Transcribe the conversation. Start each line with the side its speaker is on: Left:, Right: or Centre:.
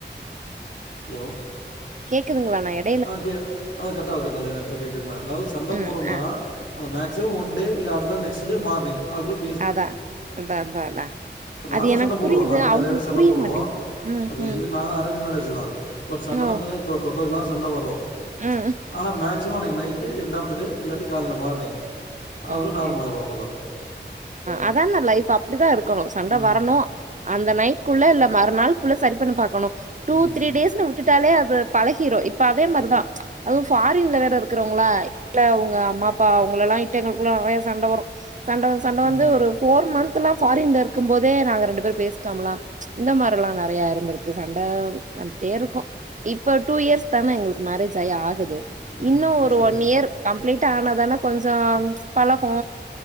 Left: ஹலோ
Right: கேக்குதுங்களா நாயட்
Left: ஆ கே ஆ கட்டாவுது கட்டாவுது ஆ இப்ப கேக்குதுங்களா அதாவது சண்ட
Right: ம்
Left: போற்றோனா
Right: ஆ
Left: மேக்ஸிமம் ஒன் டே இல்ல அடுத்த நாள் நெக்ஸ்ட் டே மார்னிங் அதுக்குள்ளே
Right: அதா அத்தா அத்தா அதா
Left: இப்ப நாங்களு
Right: அது எனக்கு
Left: சண்ட போடுவோ
Right: புரியுது
Left: நாங்களு நெறையவே
Right: அவங்களுக்கு
Left: சண்ட
Right: புரிய
Left: போடுவோ
Right: மாட்டேங்குது ம்
Left: அது
Right: ம்
Left: எங்களுக் நாலா அரேஞ்சு மேரேஜ்தா பட் சண்டல்லா
Right: ஓ
Left: பாத்தனா தொட்டதுக்கெல்லா சண்ட வரு
Right: ம்
Left: ஆனா மேக் சிமம் அன்னைக்கு night end of the day இல்லாட்டி கால்ல மார்னிங் அதுக்குள்ளே
Right: ஓகே
Left: நார்மல் ஆயிரும் அவ்வளோதான்
Right: அதாணா லைப் அப்டிதா இருக் கனோ சண்ட
Left: ம்
Right: வரணு அந்த நைட்க்குள்ள இல்ல மறுநாள்க்குள்ள சரி பண்ண பாக்கணு டூ
Left: ம்
Right: த்ரீ டேஸ்னு விட்டுட்டாலே அது பழகிரோ இப்ப அதே மாரிதா அதுவு ஃபாரின்ல வேற இருக்றவங்களா இல்ல அவுங்க அம்மா அப்பா அவ்ங்களல்லா இட் எங்ளுகுள்ள நெறைய சண்ட வரு சண்ட வந்து சண்ட
Left: ம்
Right: வந்து ஒரு போர் மந் த்ல்லா ஃபாரின்ல இருக்கு போதே நாங்க ரெண்டு பேசிக்காமல்லா இந்த மாரில்லா நெறையா இருந்திருக்கு சண்ட வந்துட்டே இருக்கு இப்ப டூ இயர்ஸ் தானே எங்களுக்கு மேரேஜ் ஆயி ஆகுது
Left: ம் ம்
Right: இன்னு ஒரு
Left: சரி
Right: ஒன் இயர் கம்ப்ளீட் ஆனாதானே கொஞ்சம் பழகு